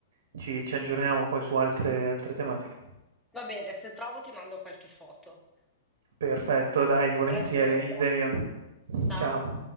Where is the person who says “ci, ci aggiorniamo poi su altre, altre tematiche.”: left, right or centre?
Right